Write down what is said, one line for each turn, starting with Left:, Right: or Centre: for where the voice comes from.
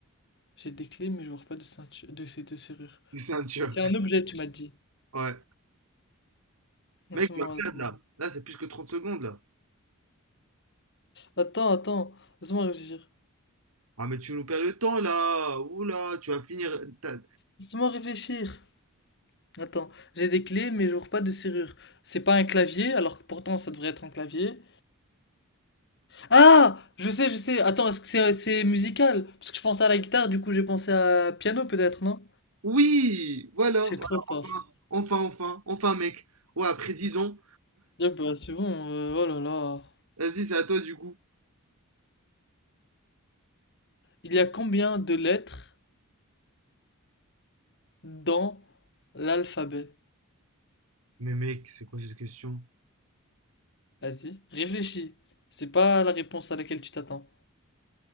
Left: J'ai des clés, mais je vois pas de ceinture, de, c'est- de serrure.
Right: <laughs> C'est un tueur.
Left: C'est un objet, tu m'as dit.
Right: Ouais.
Left: Laisse-moi,
Right: Mec, tu vas
Left: laisse-moi.
Right: perdre là. Là, c'est plus que 30 secondes là.
Left: Attends, attends. Laisse-moi réfléchir.
Right: Ah, mais tu nous perds le temps là. Oula, tu vas finir. ta-
Left: Laisse-moi réfléchir. Attends, j'ai des clés, mais je vois pas de serrure. C'est pas un clavier, alors que pourtant ça devrait être un clavier. Ah! Je sais, je sais. Attends, est-ce que c'est c'est musical? Parce que je pensais à la guitare, du coup j'ai pensé à piano peut-être, non?
Right: Oui, voilà.
Left: C'est
Right: Voilà,
Left: trop fort.
Right: Enfin, enfin, enfin, enfin, mec. Ouais, après 10 ans.
Left: Ah bah, c'est bon, euh, oh là là.
Right: Vas-y, c'est à toi du coup.
Left: Il y a combien de lettres dans l'alphabet?
Right: Mais mec, c'est quoi cette question?
Left: Vas-y, réfléchis. C'est pas la réponse à laquelle tu t'attends.